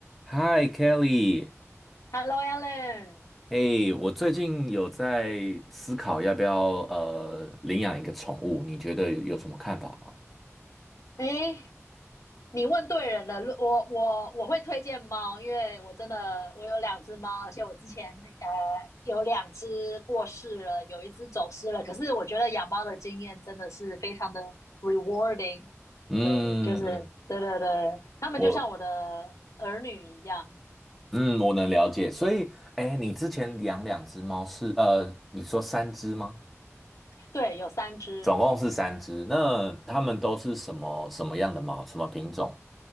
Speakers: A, in the centre; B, on the left.
A: Hi Kelly，
B: Hello，Alan。
A: 嘿，我最近有在思考要不要呃领养一个宠物，你觉得有什么看法吗？
B: 诶，你问对人了。如我我我会推荐猫，因为我真的我有两只猫，而且我之前呃有两只过世了，有一只走失了。可是我觉得养猫的经验真的是非常的 rewarding。
A: 嗯，
B: 对，就是对对对，他们就像我的儿女一样。
A: 我嗯我能了解，所以哎，你之前养两只猫是呃你说三只吗？
B: 对，有三只。
A: 总共是三只，那它们都是什么什么样的猫？什么品种？